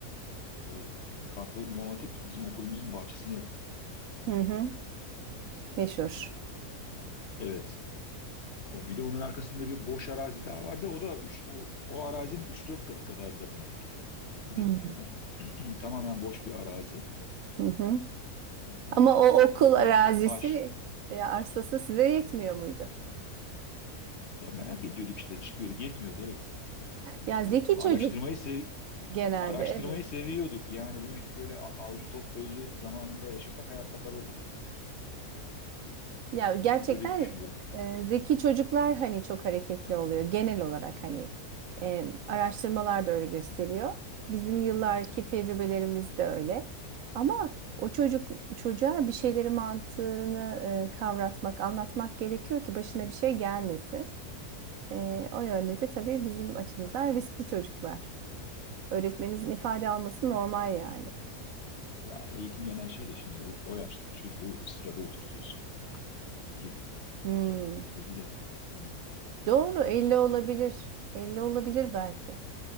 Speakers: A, on the left; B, on the right.
A: o Kartal İmam Hatip bizim okulumuzun bahçesine yapıldı.
B: Hı hı. Meşhur.
A: Evet. O bir de onun arkasında bir boş arazi daha vardı. O da üç- o, o arazinin üç dört katı kadar da büyüktü. Gidip
B: Hmm,
A: yani, <clears throat> tamamen boş bir arazi.
B: Hı hı.
A: Y-
B: Ama
A: Yani
B: o
A: otlar,
B: okul
A: motlar,
B: arazisi,
A: taş.
B: e, arsası size yetmiyor muydu?
A: Ya merak ediyorduk işte çıkıyordu, yetmiyordu evet.
B: Ya
A: E,
B: zeki
A: araştırmayı
B: çocuk
A: sev
B: genelde
A: araştırmayı
B: evet.
A: seviyorduk. Yani demek ki böyle a- avcı toplayıcı zamanında yaşasak hayatta kalırdık.
B: Ya gerçekten
A: <laughs> Öyle düşünüyorum.
B: e, zeki çocuklar hani çok hareketli oluyor genel olarak hani e, araştırmalar da öyle gösteriyor. Bizim yıllarki tecrübelerimiz de öyle. Ama o çocuk çocuğa bir şeyleri mantığını e, kavratmak, anlatmak gerekiyor ki başına bir şey gelmesin. E, o yönde de tabii bizim açımızdan riskli çocuklar. Öğretmeninizin ifade alması normal yani.
A: Yani eğitim denen şey de şimdi o, o yaştaki çocuğu sırada oturtuyorsun. 40 dakika, 50 dakika.
B: Hmm.
A: Eskiden el- 50 dakika mıydı neydi hatırlamıyorum.
B: Doğru
A: 40
B: 50
A: dakikaydı
B: olabilir.
A: yine.
B: elli olabilir belki.